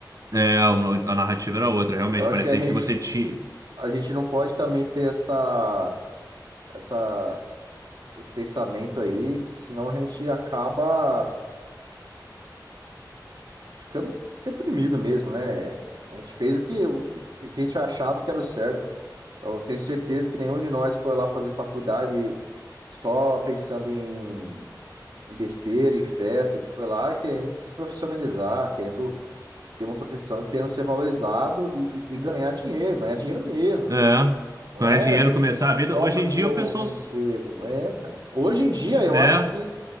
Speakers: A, on the right; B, on the right.
A: É, a a narrativa era outra, realmente.
B: Eu acho
A: Parecia
B: que a gente,
A: que você tinha.
B: a gente não pode também ter essa, essa, esse pensamento aí, que senão a gente acaba ficando deprimido mesmo, né? A gente fez o que, o que, o que a gente achava que era o certo. Eu tenho certeza que nenhum de nós foi lá fazer faculdade só pensando em em besteira, em festa. A gente foi lá querendo se profissionalizar, querendo ter uma profissão, querendo ser valorizado e, e- e ganhar dinheiro, ganhar dinheiro mesmo.
A: É,
B: Não
A: ganhar
B: é
A: dinheiro,
B: só
A: começar a vida. Hoje
B: para
A: em
B: ter
A: dia
B: um,
A: o pessoal.
B: um
A: s-
B: emprego, não é, cara. Hoje em dia, eu
A: É,
B: acho que